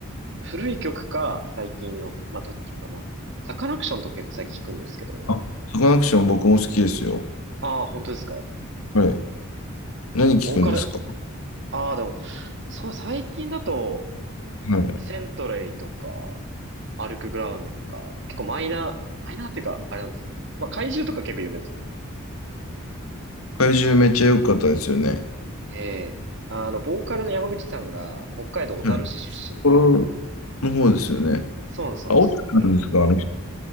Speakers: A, on the right; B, on the left.
A: 古い曲か、最近の、まあ、どっちもか、まあ、サカナクションとか結構最近聞くんですけど、
B: あ、サカナクション僕も好きですよ。
A: ああ、本当ですか。
B: はい。何聞くんですか
A: ボーカル、ああ、でも、そう、最近だと、
B: はい。
A: セントレイとか、アルクグラウンドとか、結構マイナー、マイナーっていうか、あれなんですけど、まあ、怪獣とか結構有名ですよ。
B: 怪獣めっちゃ良かったですよね。
A: ええあの、ボーカルの山口さんが、北海道小樽市出身で、
B: はい。これの方ですよね。
A: そうなんです、そうなんです。
B: あ、オタクなんですかあの人。